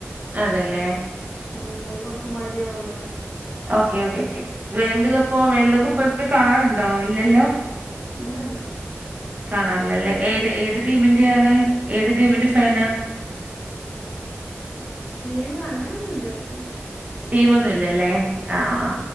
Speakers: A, on the right; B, on the left.
A: അതെല്ലേ
B: ഉം ഓൽക്കൊക്കെ മടിയി കൊണ്ടോ ഓൻ
A: ഓക്കേ ഓക്കേ ക്കേ വേൾഡ് കപ്പോ വേൾഡ് കപ്പ് ഇപ്പോ കാണാറുണ്ടോ ഇല്ലല്ലോ
B: ഇല്ലല്ല
A: കാണാറില്ല ല്ലേ ഏത് ഏത് ടീമിന്റെയാണ് ഏത് ടീമിന്റെ ഫാനാ
B: ടീമ് അങ്ങനൊന്നുല്ല ഇൻക്ക്
A: ടീമൊന്നുല്ല ല്ലേ ആഹ്